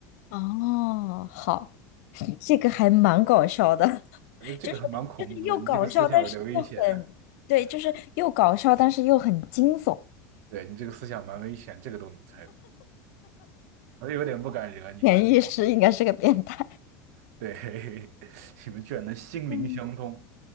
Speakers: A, on the left (about 70°); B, on the right (about 70°).
A: 哦，好 <laughs>，这个还蛮搞笑的，<laughs>
B: 呃，这个还蛮恐怖的，
A: 就是就是又搞笑，
B: 你这个思想有点危险啊
A: 但是又很对，就是又搞笑，但是又很惊悚。
B: 对你这个思想蛮危险，这个都能猜到。我有点不敢惹你了。
A: 潜意识应该是个变态。
B: 对，<laughs> 你们居然能心灵相通，
A: 嗯，